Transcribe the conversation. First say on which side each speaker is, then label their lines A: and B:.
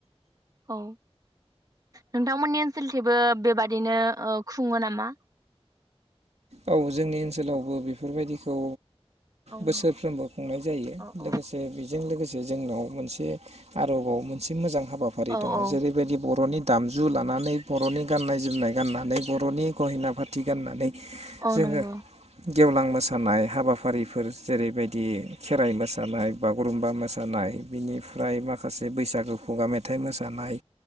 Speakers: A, on the right (about 35°); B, on the right (about 85°).
A: औ। नोंथांमोननि ओनसोलथिंबो बेबादिनो खुङो नामा?
B: औ जोंनि ओनसोलावबो बेफोरबायदिखौ
A: औ
B: बोसोरफ्रोमबो
A: नंगौ
B: खुंनाय जायो
A: औ
B: लोगोसे
A: औ
B: बेजों लोगोसे जोंनाव मोनसे आरोबाव मोनसे मोजां हाबा हाबाफारि
A: औ
B: दङ
A: औ
B: जेरैबायदि बर'नि दामजु लानानै बर'नि गाननाय जोमनाय गाननानै बर'नि गहिना फाथि गाननानै
A: औ
B: जोङो
A: नंगौ
B: गेवलां मोसानाय हाबाफारिफोर जेरैबायदि खेराइ मोसानाय बागुरुम्बा मोसानाय बेनिफ्राय माखासे बैसागु खुगा मेथाइ मोसानाय